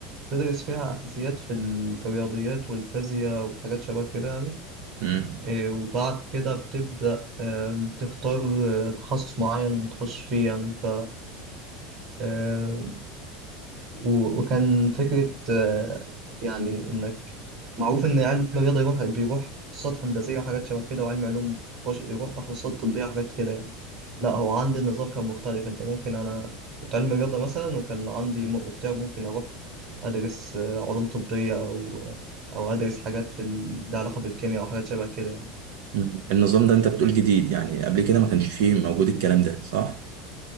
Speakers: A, on the right; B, on the right.
A: تدرس فيها اساسيات في ال- في الرياضيات والفيزياء وحاجات شبه كده يعني
B: مم.
A: إيه، وبعد كده بتبدأ آم، تختار آه، تخصص معين تخش فيه يعني ف آه، و- وكان فكرة آه، يعني إنك معروف إن علم الرياضة يروح بيروح تخصصات هندسية وحاجات شبه كده وعلم علوم يخش- يروح تخصصات طبية وحاجات كده يعني لا هو عندي النظام كان مختلف أنت ممكن أنا كنت علم رياضة مثلا وكان عندي م- اختيار ممكن أروح أدرس آه، علوم طبية أو آه، أو أدرس حاجات في ال- لها علاقة بالكيمياء وحاجات شبه كده يعني.
B: مم. النظام ده انت بتقول جديد يعني قبل كده ما كانش فيه موجود الكلام ده صح